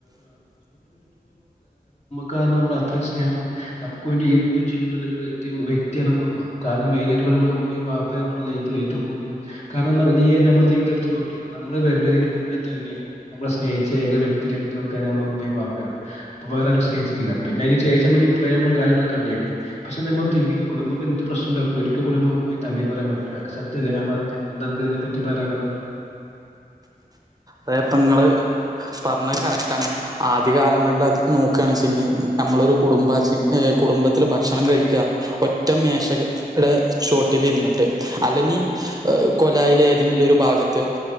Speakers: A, on the left; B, on the right.
A: കാരണോ മ്മളെ അത്രേ സ്നേഹണ് ഹ് നമക്ക് വേണ്ടി എന്തും ചെയ്യുന്നുന്ന വെക്തിയാ വെക്തിയാണ് നമ്മടെ ഉമ്മ. കാരണം. മെയിനായിട്ട് നമ്മള്. ഉമ്മയും. വാപ്പയുംനമ്മുടെ. ലൈഫിൽ ഏറ്റവും കൂടുതൽ കാരണംനീ നമ്മുടെ ജീവിതം എടുത്ത് നോക്കിയോ നമ്മൾ വരുന്നതിന് മുന്നെ തന്നെ നമ്മളെ സ്നേഹിച്ച ഏക വ്യക്തി രണ്ടാൾക്കാരർ നമ്മളെ ഉമ്മയും വാപ്പയാണ് അപ്പോ വേറാരു സ്നേ ല്ല പിന്നെ അയിന് ശേഷമാണി ഈ പ്രേമ കയങ്ങളൊക്കെ ഉണ്ടായിക്ണത് പഷേ നമ്മളോന്ന് തിങ്കെത്. നോകൊണ്ട് നമ്മ എന്ത് പ്രശ്നണ്ടാകുബോ ഒരിക്കൽ പോലും. നമ്മളെ ഉമ്മയെ തള്ളി പറയാൻ പറ്റില്ല സത്യല്ലേ ഞാൻ പറഞ്ഞത്. എന്താ അനക് ഇതിനെ പറ്റി പറയാൻ ഉള്ളത്
B: അതെപ്പ ങ്ങള്പറഞ്ഞത് കറക്റ്റാണ് ആദ്യ കാലങ്ങളിൽ നോക്കണച്ചെങ്ങി നമ്മളൊരു കുടുംബചെ. ഹ് കുടുംബത്തിൽ ഭക്ഷണം കഴിക്ക ഒറ്റ മേശക്ക്ചോട്ടിൽ ലിരിന്നിട്ട് അല്ലെങ്ങി കൊലായില് ഏതെങ്കിലും ഒരു ഭാഗത്ത്ഹേ